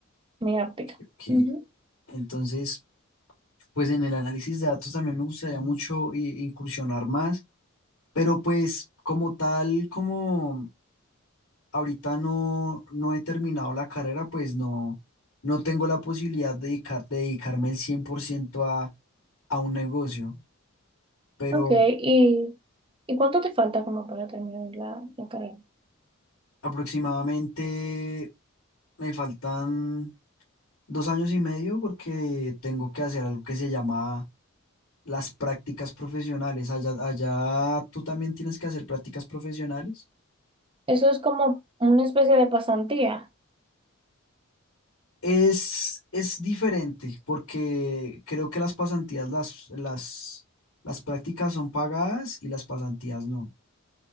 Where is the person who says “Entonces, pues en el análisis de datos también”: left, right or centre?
Left